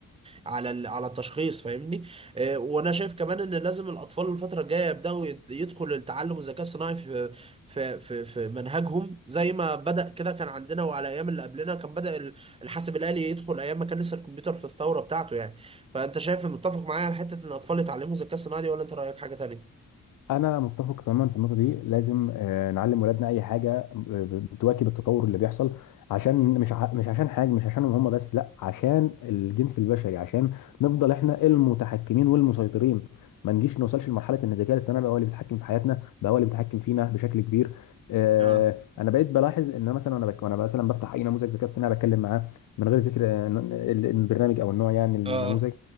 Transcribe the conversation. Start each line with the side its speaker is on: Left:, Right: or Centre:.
Right: على ال- على التشخيص فاهمني آه، وانا شايف كمان ان لازم الاطفال الفتره الجايه يبداوا يد- يدخل التعلم الذكاء الصناعي في في في في منهجهم زي ما بدا كده كان عندنا وعلى ايام اللي قبلنا كان بدا ال- الحاسب الالي يدخل ايام ما كان لسه الكمبيوتر في الثوره بتاعته يعني فانت شايف متفق معايا على حته ان الاطفال يتعلموا الذكاء الصناعي دي ولا انت رايك حاجه تانية
Left: انا متفق تماما في النقطه دي لازم آه، نعلم ولادنا اي حاجه آه، بتواكب التطور اللي بيحصل عشان مش ع... مش عشان حاجه مش عشانهم هم بس لا عشان الجنس البشري عشان نفضل احنا المتحكمين والمسيطرين ما نجيش نوصلش لمرحله ان الذكاء الاصطناعي بقى هو اللي بيتحكم في حياتنا بقى هو اللي بيتحكم فينا بشكل كبير آه،
Right: اه
Left: انا بقيت بلاحظ ان أنا مثلا انا بك... وانا مثلا بفتح اي نموذج ذكاء اصطناعي بتكلم معاه من غير ذكر آه، ن- ال- البرنامج او النوع يعني النموذج
Right: اه